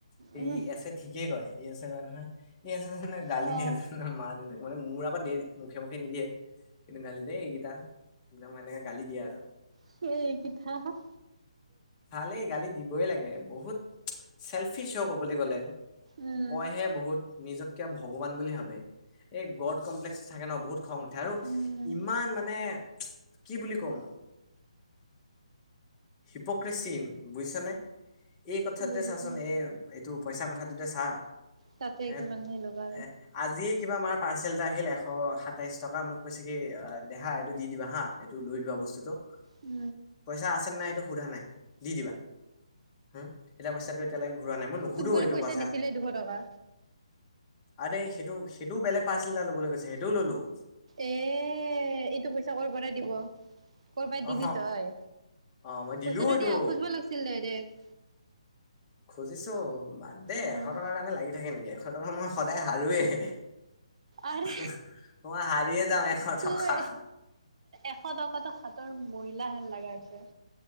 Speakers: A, on the left; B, on the right.
A: সেই
B: উম
A: এচেট ঠিকেই কয় ই আছে কয় নহয়। এজনে গালি
B: অ',
A: দি আছে না মালিক। মানে মোৰ আকৌ দেই মুখে মুখে নিদিয়ে। কিন্তু গালি দিয়ে দেই এইকেইটা। নহয়নে এনেকে গালি দিয়ে আৰু।
B: সেই এই পিঠাখন।
A: ভালেই গালি দিবই লাগে বহুত চেল্ফিচ ক'বলৈ গ'লে
B: উম,
A: কয় হে বহুত নিজককে ভগৱান বুলি ভাবে।। এই গড কমপ্লেক্স থাকে ন বহুত খং উঠে। আৰু
B: উম,
A: ইমান মানে কি বুলি ক'ম? হিপক্ৰেচিন বুজিছানে? এই কথাত
B: বুজিছো।
A: যে চাচোন এই এইটো পইচা কথাটোতে চা।
B: তাতে
A: হে
B: কিমান সেই <unintelligible> ল'বা।
A: এ আজিয়ে কিবা মাৰ পাৰ্চেল এটা আহিল এশ সাতাইশ টকা, মোক কৈছে কি দেহা এইটো দি দিবা হা। এইটো লৈ লোৱা বস্তুতটো।
B: উম <unintelligible>
A: পইচা আছে নে নাই এইটো সোধা নাই দি দিবা হো এতিয়া পইচাটো এতিয়ালৈকে ঘূৰা নাই মই নুসোধো
B: তোক বোলে
A: সেইটো পইচা।
B: দিছিলে দুশ টকা।
A: আৰে সেইটো সেইটোও বেলেগ পাৰ্চেল এটা ল'বলৈ কৈছে সেইটোও ললো।
B: এহ, এইটো পইচা কৰ'পৰা দিব? ক'ৰ পৰা দিবি
A: অ
B: তই?
A: অ মই দিলো
B: পইচাটো
A: এইটো
B: দিয়া খুজিবা। লাগিছিল দাইৰেক্ট।
A: খুজিছোঁ বাদ দে
B: উম,
A: এশ টকাৰ কাৰণে লাগি থাকে নেকি? এশ টকাৰ কাৰণে মই সদায় হাৰোৱেই।
B: আৰে
A: হে হে মই হাৰিয়ে যাওঁ এশ
B: তোৰ
A: টকা।
B: এশ টকাতো হাতৰ ময়লা হেন লগা হৈছে।